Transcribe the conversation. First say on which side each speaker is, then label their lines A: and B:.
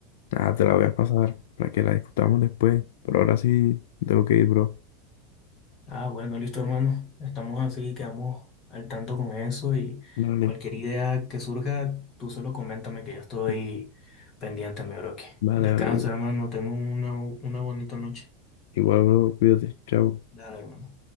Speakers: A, on the left (about 70°); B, on the left (about 25°).
A: nada, te la voy a pasar para que la discutamos después. Pero ahora sí, tengo que ir, bro.
B: Ah, bueno, listo, hermano. Estamos así, quedamos al tanto con eso y
A: Dale.
B: cualquier idea que surja, tú solo coméntame que yo estoy
A: Mm.
B: pendiente, mi bro. que
A: Vale,
B: Descansa,
A: bro.
B: hermano. Tengo una, una bonita noche.
A: Igual, bro, cuídate. Chao.
B: Dale, hermano.